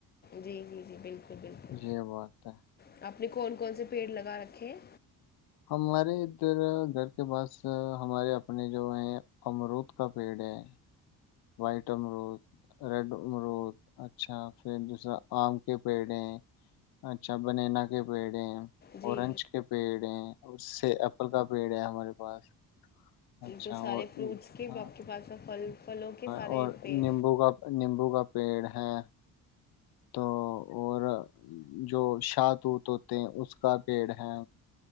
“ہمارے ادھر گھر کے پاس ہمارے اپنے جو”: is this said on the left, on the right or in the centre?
Left